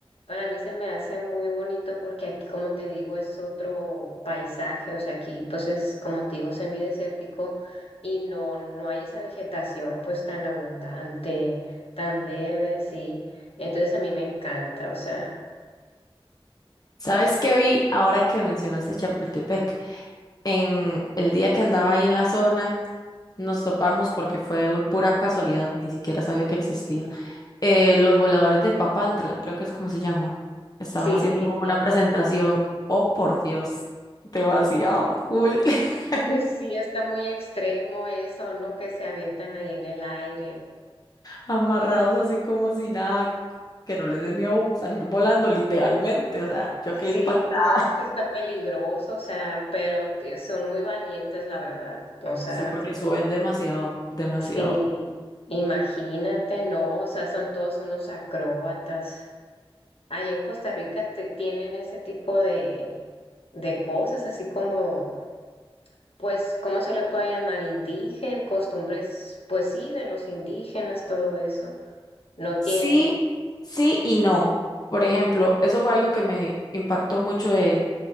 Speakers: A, on the left; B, on the left.
A: para mí se me hace muy bonito, porque aquí, como te digo, es otro paisaje, o sea, aquí, pues es, como te digo, semidesértico y no, no hay esa vegetación, pues tan abundante, tan verde así. Entonces a mí me encanta, o sea.
B: ¿Sabes qué vi ahora que mencionaste Chapultepec? En el día que andaba ahí en la zona, nos topamos porque fue un- pura casualidad, ni siquiera sabía que existía. eh, los voladores de Papantla, creo que es como se llama. Estaban
A: Sí,
B: haciendo
A: sí,
B: una
A: sí.
B: presentación. Oh, por Dios, demasiado cool. <laughs>
A: <laughs> Sí, está muy extremo eso, ¿no? Que se avientan ahí en el aire.
B: Amarrados así como si nada, que no les dé miedo salir volando literalmente. O sea, yo
A: Sí,
B: quedé impactada.
A: no, sí está peligroso, o sea, pero te- son muy valientes, la verdad. O sea,
B: Sí, porque suben demasiado, demasiado.
A: sí, imagínate, ¿no? O sea, son todos unos acróbatas. Allá en Costa Rica te tienen ese tipo de, de cosas, así como, pues, ¿cómo se le puede llamar? Indígena, costumbres, pues sí, de los indígenas, todo eso. No
B: Sí,
A: tienen.
B: sí y no. Por ejemplo, eso fue algo que me impactó mucho de,